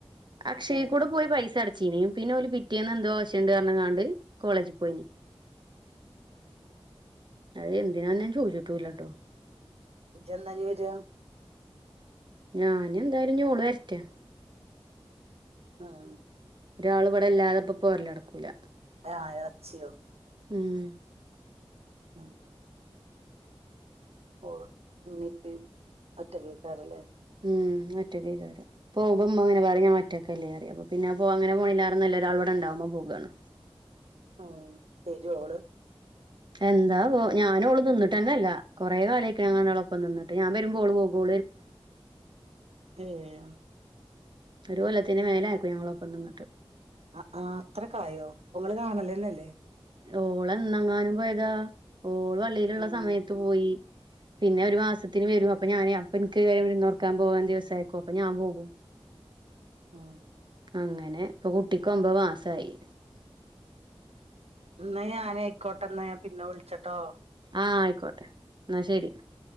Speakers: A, on the right; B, on the right.
A: അക്ഷയെ
B: ആ
A: കൂടെ പോയി പൈസ അടച്ചീനും പിന്നെ ഓല് പി റ്റിയെന്ന് എന്തോ ആവ്ശ്യ ഉണ്ട് പറഞ്ക്കാണ്ട് കോളേജ് പോയിനി അ എന്തിനാ ഞാൻ ചോദിച്ചിട്ടും ഇല്ലട്ടോ
B: ഇജ്ജ് എന്നാ ഇഞ് വരാ
A: ഞാന് എന്തായാലും ഓള് വരട്ടെ
B: ആഹ്
A: ഒരാൾ ഇവിടെ ഇല്ലാതെ ഇപ്പം പൊരല് നടക്കൂല
B: ആഹ് ഇളച്ചിയോ
A: ഉം
B: ആഹ് ഇമ്മീ ഇപ്പയും ഒറ്റക്കാക്കൂലേ
A: ഉം ഉമ്മ ഒറ്റൊക്കേയ്ക്കാരം പോകുമ്പോ ഇമ്മ ഇങ്ങനെ പറിം ഞാൻ ഒറ്റക്കെല്ലേ അപ്പൊ പിന്നെ അങ്ങനെ പേണോയ്ലാറെ നല്ലത് ഒരാള് ഇവിടെണ്ടാവുമ്പോ പോകാണ്
B: ഉം വരു ഓള്
A: എന്താ വൊ ഞാനും ഓള് നിന്നിട്ടെന്നെ ല്ല കൊറെ കാലായ്ക്ക്ണ് ഞങ്ങള് രണ്ടാളും ഒപ്പം നിന്നിട്ട് ഞാൻ വരുമ്പോ ഓള് പോകും
B: ഏഹ്
A: ഒരു കൊല്ലത്തിന് മേലെ ആയിരിക്കും ഞങ്ങളൊപ്പം നിന്നിട്ട്
B: അഹ് ആഹ് അത്രക്കായോ ഒങ്ങള് കാണലെന്നല്ലേ
A: ഓളെന്നന്തങ്ങാനും പോയതാ ഓൾ വള്ളിയില്ള്ള
B: ഉം.
A: സമയത്ത് പോയി പിന്നെ ഒരു മാസത്തിന് വെരും അപ്പൊ ഞാനെ അപ്പ ഇൻക്ക് കയം വിര്ന്നൊറക്കാൻ പോവും ദിവസേക്കും അപ്പൊ ഞാ പോകും
B: ആ
A: അങ്ങനെ ഇപ്പൊ കുട്ടിക്ക് ഒമ്പോ മാസായി
B: ഇന്ന ഞാൻയിക്കോട്ടെന്ന ഞാ പിന്നെ വിളിച്ചട്ടോ
A: ആ ആയിക്കോട്ടെ എന്നാ ശരി